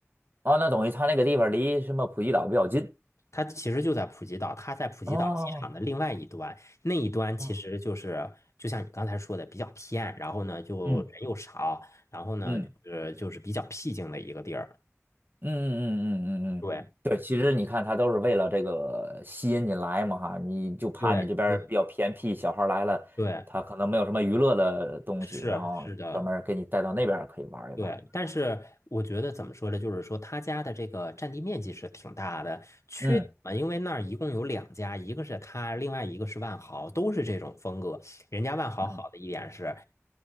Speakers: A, on the right; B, on the left.
A: 哦，那等于他那个地方离什么普吉岛比较近
B: 它其实就在普吉岛，它在普吉岛机场的另外一端，
A: 哦。
B: 那一端其实就是就像你刚才说的比较偏，
A: 哦
B: 然后呢就人又少，
A: 嗯。
B: 然后呢就是就是比较僻静的一个地儿。
A: 嗯嗯嗯嗯嗯嗯嗯，
B: 对
A: 对，其实你看，他都是为了这个吸引你来嘛哈，你就怕你这边儿比较偏僻，
B: 对对
A: 小孩儿来了，
B: 对，
A: 他可能没有什么娱乐的东西，
B: 是是的。
A: 然后专门儿给你带到那边儿可以玩儿一玩儿
B: 对，但是我觉得怎么说呢？就是说他家的这个占地面积是挺大的，缺点嘛，
A: 嗯
B: 因为那儿一共有两家，一个是他，另外一个是万豪，都是这种风格。人家万豪好的一点是，
A: 嗯